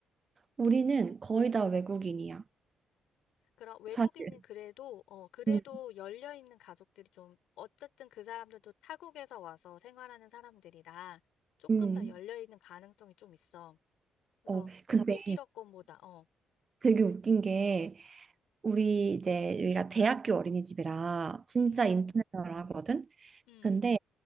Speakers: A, on the right; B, on the left.
A: 우리는 거의 다 외국인이야,
B: 그럼 외국인은
A: 사실.
B: 그래도 어 그래도
A: 음,
B: 열려 있는 가족들이 좀 어쨌든 그 사람들도 타국에서 와서 생활하는 사람들이라 조금
A: 음.
B: 더 열려 있는 가능성이 좀 있어. 그래서
A: 어, 근데
B: 독일어 권보다 어.
A: 되게 웃긴 게 우리 이제 우리가 대학교 어린이집이라 진짜
B: 음.
A: 인터내셔널하거든.
B: 음.
A: 근데